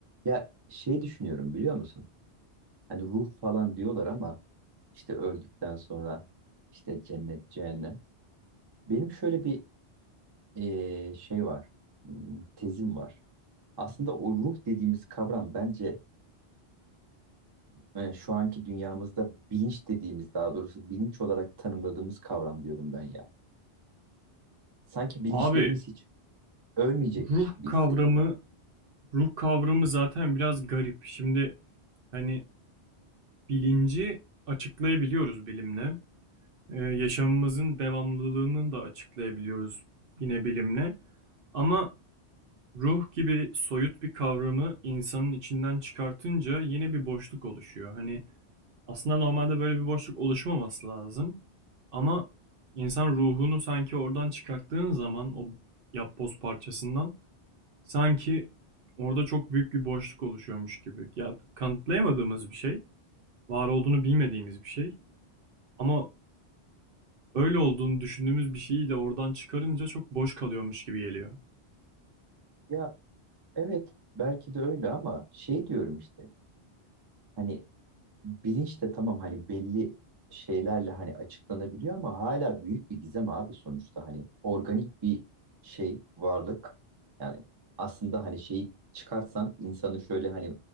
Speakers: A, on the right; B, on the right.
A: Ya şey düşünüyorum biliyor musun? Hani ruh falan diyorlar ama işte öldükten sonra işte cennet, cehennem. Benim şöyle bir eee, şey var, hmm, tezim var. Aslında o ruh dediğimiz kavram bence e, şu anki dünyamızda bilinç dediğimiz daha doğrusu bilinç olarak tanımladığımız kavram diyorum ben ya. Sanki bilinçlerimiz
B: Abi
A: hiç ölmeyecekmiş
B: ruh
A: gibi
B: kavramı
A: hissediyorum.
B: ruh kavramı zaten biraz garip. Şimdi hani bilinci açıklayabiliyoruz bilimle. Ee, yaşamımızın devamlılığını da açıklayabiliyoruz yine bilimle. Ama Ruh gibi soyut bir kavramı insanın içinden çıkartınca yeni bir boşluk oluşuyor. Hani aslında normalde böyle bir boşluk oluşmaması lazım. Ama insan ruhunu sanki oradan çıkarttığın zaman o yapboz parçasından sanki orada çok büyük bir boşluk oluşuyormuş gibi. Ya kanıtlayamadığımız bir şey, var olduğunu bilmediğimiz bir şey. Ama öyle olduğunu düşündüğümüz bir şeyi de oradan çıkarınca çok boş kalıyormuş gibi geliyor.
A: Ya evet belki de öyle ama şey diyorum işte hani bilinç de tamam hani belli şeylerle hani açıklanabiliyor ama hala büyük bir gizem abi sonuçta hani organik bir şey varlık yani aslında hani şeyi çıkarsan insanı şöyle hani